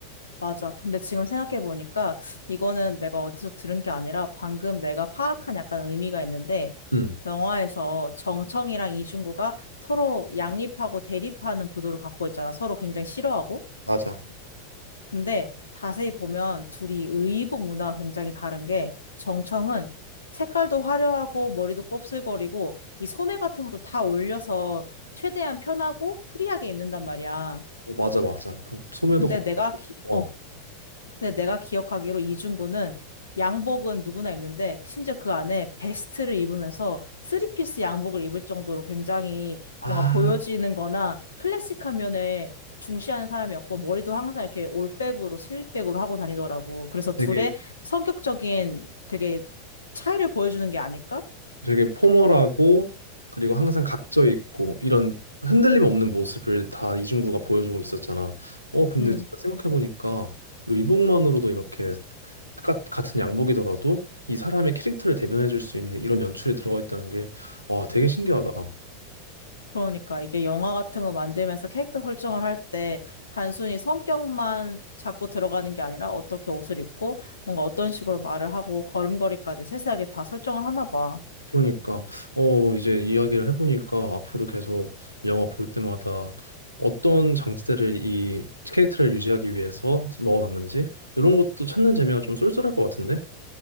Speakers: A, on the left (about 75°); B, on the right (about 85°).
A: 맞아. 근데 지금 생각해보니까 이거는 내가 어디서 들은 게 아니라 방금 내가 파악한 약간 의미가 있는데
B: 음.
A: 영화에서 정청이랑 이중구가 서로 양립하고 대립하는 구도를 갖고 있잖아. 서로 굉장히 싫어하고.
B: 맞아.
A: 근데 자세히 보면 둘이 의복 문화가 굉장히 다른 게 정청은 색깔도 화려하고 머리도 곱슬거리고 이 소매 같은 것도 다 올려서 최대한 편하고 프리하게 입는단 말이야.
B: 어, 맞아 맞아 그 소매도
A: 근데 내가 기-
B: 걷고
A: 어, 근데 내가 기억하기로 이중구는 양복은 누구나 입는데 심지어 그 안에 베스트를 입으면서 쓰리피스 양복을 입을 정도로 굉장히
B: 아
A: 뭔가 보여지는 거나 클래식한 면에 중시하는 사람이었고 머리도 항상 이렇게 올백으로 슬릭백으로 하고 다니더라고. 그래서 둘의
B: 되게
A: 성격적인 되게 차이를 보여주는 게 아닐까?
B: 되게 포멀하고 그리고 항상 각져 있고 뭐 이런 흔들림 없는 모습을 다 이중구가 보여주고 있었잖아 어 근데
A: 음.
B: 진짜 생각해보니까 의복만으로도 이렇게 똑같- 같은 양복이더라도 이 사람의 캐릭터를 대변해줄 수 있는 이런 연출이 들어가 있다는 게 와 되게 신기하다
A: 그러니까 이게 영화 같은 거 만들면서 캐릭터 설정을 할 때 단순히 성격만 자꾸 들어가는 게 아니라 어떻게 옷을 입고 뭔가 어떤 식으로 말을 하고 걸음걸이까지 세세하게 다 설정을 하나 봐.
B: 그러니까 어 이제 이야기를 해보니까 앞으로 계속 영화 볼 때마다 어떤 장치들을 이 캐릭터를 유지하기 위해서 넣어놨는지 이런 것도 찾는 재미가 좀 쏠쏠할 것 같은데.